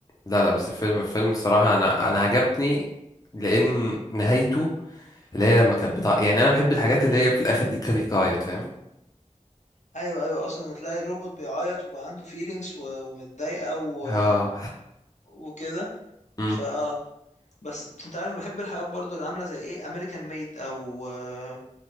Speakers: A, on the left; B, on the left.
A: لا لا بس الفيلم فيلم الصراحة انا انا عجبني لان نهايته اللي هي لما كانت بتاع يعني انا بحب الحاجات اللي هي في الاخر دي تخليك تعيط فاهم
B: ايوه ايوه اصلا تلاقي الروبوت بيعيط وبقى عنده فيلينجز ومتضايقة و-
A: اه
B: وكده
A: <laughs>
B: فاه بس انت عارف بحب الحاجات برضو اللي عاملة زي ايه امريكان ميد او آه،